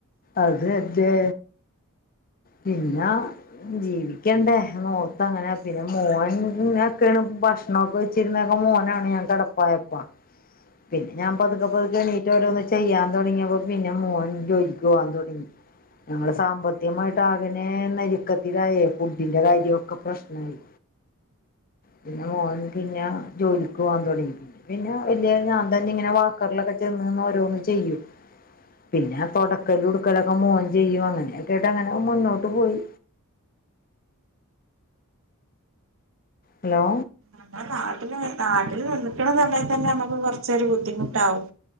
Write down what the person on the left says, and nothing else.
അത് തന്നെ പിന്ന ജീവിക്കണ്ടേ നോർത്തങ്ങനെ പിന്നെ മോൻ ഇനൊക്കെയാണ് ഭക്ഷണൊക്കെ വെച്ചിരുന്നക്കെ മോനാണ് ഞാൻ കിടപ്പായപ്പ പിന്നെ ഞാൻ പതുക്കെ പതുക്കെ എണീറ്റ് ഓരോന്ന് ചെയ്യാൻ തുടങ്ങിയപ്പോ പിന്നെ മോൻ ജോലിക്ക് പോയി പോവാൻ തുടങ്ങി ഞങ്ങള് സാമ്പത്തികമായിട്ട് അകനെ നെരുക്കത്തിലായേ ഫുഡിന്റെ കാര്യൊക്കെ പ്രശ്നമായി പിന്നെ മോൻ പിന്ന ജോലി ക്ക് പോകാൻ തുടങ്ങി പിന്നെ പിന്ന വലിയ ഞാൻ തന്നെ ഇങ്ങനെ വാക്കറിലൊക്ക നിന്ന് നിന്ന്ഓരോന്ന് ചെയ്യും പിന്നെ തൊട ക്കലും ഉടുക്കലൊക്കെ മോൻ ചെയ്യും അങ്ങനെയൊക്കെട്ട് അങ്ങനെ മുന്നോട്ട് പോയി ഹലോ